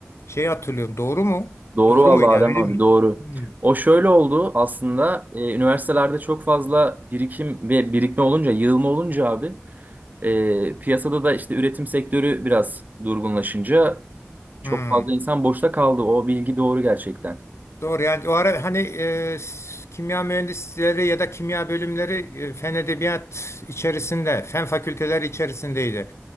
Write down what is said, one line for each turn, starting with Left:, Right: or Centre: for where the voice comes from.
Left: şey hatırlıyorum. Doğru mu?
Right: Doğru
Left: Doğru
Right: vallahi
Left: muydu?
Right: Adem
Left: Yani öyle
Right: abi
Left: miydi?
Right: doğru.
Left: Hmm.
Right: O şöyle oldu aslında e, üniversitelerde çok fazla birikim ve birikme olunca yığılma olunca abi E, piyasada da işte üretim sektörü biraz durgunlaşınca çok
Left: Hmm.
Right: fazla insan boşta kaldı. O bilgi doğru gerçekten.
Left: Doğru yani o ara hani e, s- kimya mühendisleri ya da kimya bölümleri e, fen edebiyat içerisinde, fen fakülteleri içerisindeydi.